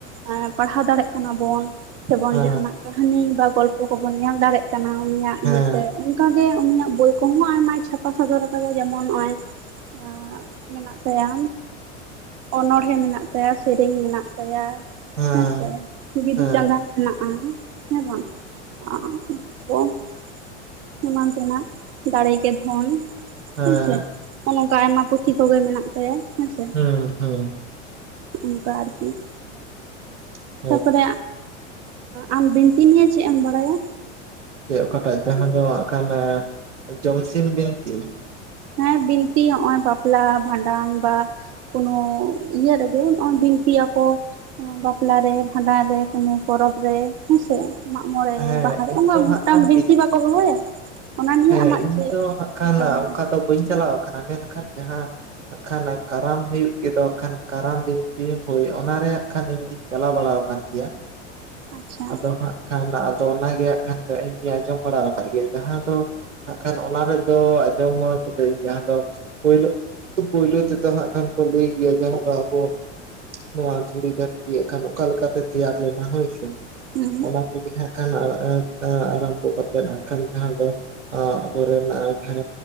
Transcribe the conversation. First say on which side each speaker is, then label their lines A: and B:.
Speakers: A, on the right; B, on the right.
A: <unintelligible> ᱯᱟᱲᱦᱟᱣ ᱫᱟᱲᱮᱭᱟᱜ ᱠᱟᱱᱟ ᱵᱚᱱ᱾ ᱥᱮᱵᱚᱱ
B: ᱦᱮᱸ
A: ᱡᱟᱦᱟᱱᱟᱜ ᱠᱟᱹᱦᱱᱤ ᱵᱟ ᱜᱚᱞᱯᱚ ᱠᱚᱵᱚᱱ ᱧᱮᱞ ᱫᱟᱲᱮᱜ ᱠᱟᱱᱟ ᱩᱱᱤᱭᱟᱜ
B: ᱦᱮᱸ
A: ᱤᱭᱟᱹᱛᱮ ᱼᱼ ᱚᱱᱠᱟ ᱜᱮ ᱩᱱᱤᱭᱟᱜ ᱵᱳᱭ ᱠᱚᱦᱚᱸ ᱟᱭᱢᱟᱭ ᱪᱷᱟᱯᱟ ᱥᱚᱫᱚᱨ ᱟᱠᱟᱫᱟᱭ ᱡᱮᱢᱚᱱ ᱱᱚᱜᱼᱚᱸᱭ <unintelligible> <unintelligible> ᱢᱮᱱᱟᱜ ᱛᱟᱭᱟ ᱚᱱᱚᱬᱦᱮᱸ ᱢᱮᱱᱟᱜ ᱛᱟᱭᱟ ᱥᱮᱨᱮᱧ ᱢᱮᱱᱟᱜ ᱛᱟᱭᱟ ᱼᱼ
B: ᱦᱮᱸ
A: ᱦᱮᱸᱥᱮ ᱵᱤᱫᱩ-ᱪᱟᱸᱫᱟᱱ
B: ᱦᱮᱸ
A: ᱢᱮᱱᱟᱜᱼᱟ ᱦᱮᱸ ᱵᱟᱝ ᱾ <unintelligible> ᱚᱱᱟ ᱠᱚᱵᱚᱱ ᱼᱼ ᱮᱢᱟᱱ ᱛᱮᱱᱟᱜ ᱫᱟᱲᱮ ᱜᱮ ᱫᱷᱚᱱ <inaudible>
B: ᱦᱮᱸ
A: ᱦᱮᱸᱥᱮ ᱾ ᱦᱚᱜᱼᱚᱸᱭ ᱱᱚᱝᱠᱟ ᱟᱭᱢᱟ ᱯᱩᱛᱷᱤ ᱠᱚᱜᱮ ᱢᱮᱱᱟᱜ ᱛᱟᱭᱟ ᱦᱮᱸᱥᱮ᱾
B: ᱦᱮᱸ ᱦᱮᱸ
A: ᱚᱱᱠᱟ ᱟᱨᱠᱤ ᱼᱼ
B: <inaudible>
A: ᱛᱟᱯᱚᱨᱮ ᱟᱢ ᱵᱤᱱᱛᱤ ᱢᱮᱭᱟ ᱪᱮᱫ ᱮᱢ ᱵᱟᱲᱟᱭᱟ?
B: ᱥᱮ ᱚᱠᱟᱴᱟᱜ ᱡᱟᱦᱟᱸ ᱫᱚ ᱟᱠᱟᱞ ᱡᱚᱢᱥᱤᱢ ᱵᱤᱱᱛᱤ,
A: ᱦᱮᱸ ᱵᱤᱱᱛᱤ ᱱᱚᱜ ᱼ ᱚᱚᱭ ᱵᱟᱯᱞᱟ ᱵᱷᱟᱸᱰᱟᱱ ᱵᱟ ᱠᱳᱱᱚ ᱤᱭᱟᱹ ᱨᱮᱜᱮ ᱵᱤᱱᱛᱤᱭᱟ ᱠᱚ, ᱵᱟᱯᱞᱟᱮ ᱨᱮ ᱵᱷᱟᱰᱟᱱ ᱨᱮ ᱠᱚᱱᱚ ᱯᱚᱨᱚᱵᱽ ᱨᱮ ᱦᱮᱸᱥᱮ᱾ ᱢᱟᱜᱢᱚᱬᱮ
B: ᱦᱮᱸ
A: ᱵᱟᱦᱟᱨᱮ
B: ᱤᱧ
A: ᱩᱱᱟᱹ
B: ᱫᱚ
A: ᱢᱤᱫᱴᱟᱝ
B: ᱦᱟᱸᱜ ᱠᱷᱟᱱ
A: ᱵᱤᱱᱛᱤ ᱵᱟᱠᱚ ᱦᱚᱦᱚᱭᱟ᱾ ᱚᱱᱟ ᱱᱤᱭᱮ
B: ᱦᱮᱸ
A: ᱟᱢᱟᱜ
B: ᱤᱧ
A: ᱪᱮᱫ
B: ᱫᱚ ᱦᱟᱜ ᱠᱷᱟᱱ
A: ᱵᱟᱰᱟᱭ ᱢᱮᱱᱟᱜᱼᱟ
B: ᱚᱱᱠᱟ ᱫᱚ ᱵᱟᱹᱧ ᱪᱟᱞᱟᱣ ᱠᱟᱱᱟ ᱢᱮᱱᱠᱷᱟᱱ ᱡᱟᱦᱟᱸ, ᱦᱟᱜ ᱠᱷᱟᱱ ᱠᱟᱨᱟᱢ ᱦᱩᱭᱩᱜ ᱜᱮ ᱫᱚ ᱠᱷᱟᱱ ᱠᱟᱨᱟᱢ ᱵᱤᱱᱛᱤ ᱦᱩᱭ ᱚᱱᱟᱨᱮ ᱦᱟᱸᱜ ᱠᱷᱟᱱ ᱤᱧ, ᱪᱟᱞᱟᱣ ᱵᱟᱲᱟ ᱟᱠᱟᱱ ᱜᱮᱭᱟᱢ,
A: ᱟᱪᱪᱷᱟ
B: ᱟᱫᱚ ᱦᱟᱸᱜ ᱠᱷᱟᱱ ᱟᱫᱚ ᱚᱱᱟᱜᱮ ᱦᱟᱸᱜ ᱠᱷᱟᱱ ᱫᱚ ᱤᱧ ᱜᱮᱧ ᱟᱸᱡᱚᱢ ᱵᱟᱲᱟ ᱟᱠᱟᱫ ᱜᱤᱭᱟᱹᱧ ᱡᱟᱦᱟᱸ ᱫᱚ, ᱦᱟᱜ ᱠᱷᱟᱱ ᱚᱱᱟ ᱨᱮᱫᱚ ᱟᱸᱡᱚᱢᱟ ᱟᱠᱟᱫᱹᱧ ᱡᱟᱦᱟᱸ ᱫᱚ ᱯᱳᱭᱞᱳ ᱯᱳᱭᱞᱳ ᱛᱮᱫᱚ ᱦᱟᱸᱜ ᱠᱷᱟᱱ ᱠᱚ ᱞᱟᱹᱭ ᱜᱮᱭᱟ ᱡᱟᱦᱟᱸ ᱫᱚ ᱟᱵᱚ, ᱱᱚᱣᱟ ᱫᱷᱩᱲᱤ ᱫᱷᱟᱹᱨᱛᱤᱜ ᱠᱷᱟᱱ ᱚᱠᱟᱞᱮ ᱞᱮᱠᱟᱛᱮ ᱛᱮᱭᱟᱨ ᱞᱮᱱᱟ ᱦᱳᱭᱥᱮ᱾
A: ᱦᱩᱸ
B: ᱚᱱᱟ ᱠᱚᱜᱮ ᱦᱟᱸᱜ ᱠᱷᱟᱱ ᱟᱨᱟᱢᱵᱚ ᱠᱟᱛᱮᱫ ᱦᱟᱝ ᱠᱷᱟᱱ ᱡᱟᱦᱟᱸ ᱫᱚ ᱟᱵᱚᱨᱮᱱ ᱡᱟᱦᱟᱸ